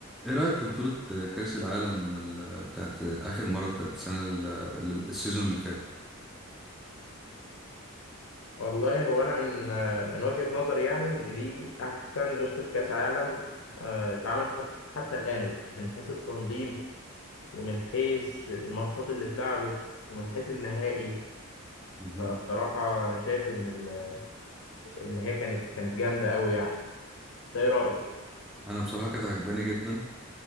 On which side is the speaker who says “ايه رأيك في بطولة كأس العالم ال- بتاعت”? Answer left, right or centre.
Centre